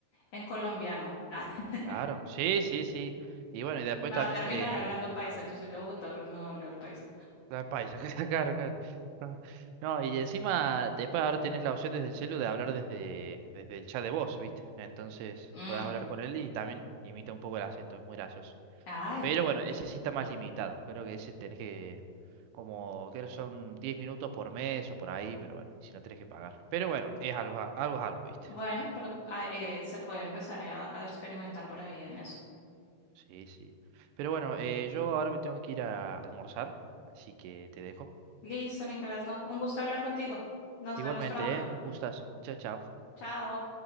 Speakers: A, on the left (about 55°); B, on the right (about 85°).
A: en colombiano. Ah, <laughs>
B: claro, sí, sí, sí. Y bueno, y después
A: me
B: también,
A: va a terminar
B: eh,
A: hablando paisa. Yo soy de Bogotá, pero me va a hablar paisa.
B: la paisa, <laughs> que está caro, claro. No, no, y encima, después ahora tenés la opción desde el celu de hablar desde, desde el chat de voz, ¿viste? Entonces,
A: Mm,
B: podés hablar con él y también imita un poco el acento, es muy gracioso.
A: Ay,
B: Pero
A: ve-
B: bueno, ese sí está más limitado. Creo que ese tenés que, como, creo que son 10 minutos por mes o por ahí, pero bueno, si no tenés que pagar. Pero bueno, es algo, a- algo es algo, ¿viste?
A: bueno, pero ah, eh, se puede empezar a, a experimentar por ahí en eso.
B: Sí, sí. Pero bueno, eh, yo ahora me tengo que ir a almorzar, así que te dejo.
A: Listo, Nicolás, no. Un gusto hablar contigo. Nos
B: Igualmente,
A: vemos pronto.
B: ¿eh? Un gustazo. Chao, chao.
A: Chao.